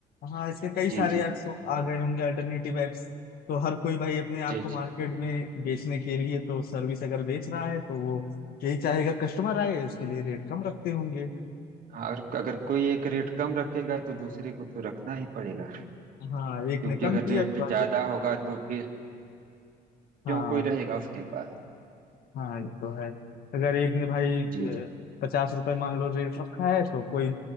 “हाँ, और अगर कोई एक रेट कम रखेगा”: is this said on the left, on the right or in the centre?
Right